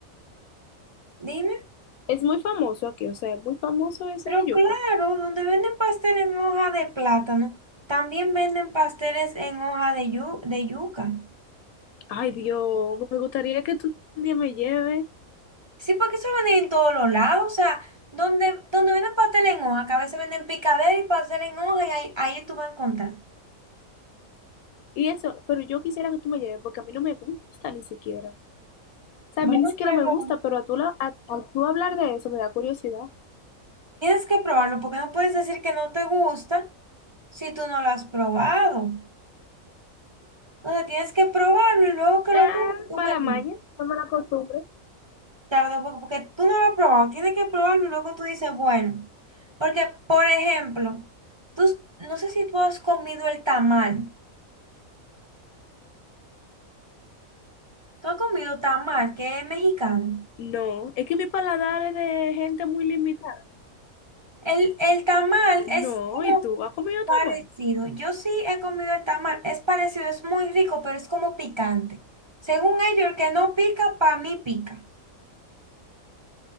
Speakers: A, on the right; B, on the left.
A: Dime.
B: Es muy famoso aquí, o sea, es muy famoso ese
A: Pero
B: de yuca.
A: claro, donde venden pastel en hoja de plátano, también venden pasteles en hoja de, yu- de yuca.
B: Ay, Dios, me gustaría que tú un día me lleves.
A: Sí, porque eso lo venden en todos los lados. O sea, donde, donde venden pastel en hoja, que a veces venden picadera y pastel en hoja, y ahí, ahí tú vas a encontrar.
B: Y eso, pero yo quisiera que tú me lleves porque a mí no me gusta ni siquiera. O sea,
A: Bueno,
B: a mí ni siquiera
A: pero
B: me gusta, pero a tú, la, a, a tú hablar de eso me da curiosidad.
A: tienes que probarlo, porque no puedes decir que no te gusta si tú no lo has probado. Entonces tienes que probarlo y luego que
B: Ah,
A: lo pruebes, tú
B: mala
A: me dices.
B: maña, no mala costumbre.
A: tarde, porque, porque tú no lo has probado, tienes que probarlo y luego tú dices, bueno, porque, por ejemplo, tú, s- no sé si tú has comido el tamal, tú has comido tamal, que es mexicano.
B: No, es que mi paladar es de gente muy limitada.
A: El, el tamal
B: No,
A: es como
B: ¿y tú has comido
A: parecido,
B: tamal?
A: yo sí he comido el tamal, es parecido, es muy rico, pero es como picante. Según ellos, el que no pica, para mí pica.